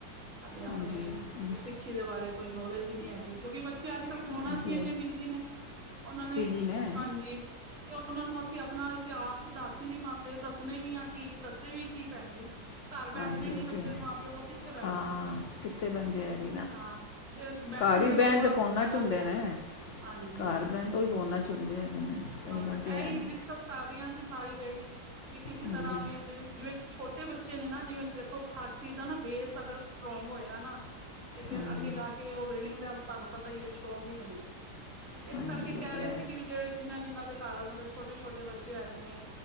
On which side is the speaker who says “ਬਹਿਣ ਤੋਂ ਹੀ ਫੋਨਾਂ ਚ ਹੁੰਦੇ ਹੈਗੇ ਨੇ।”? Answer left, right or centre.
Left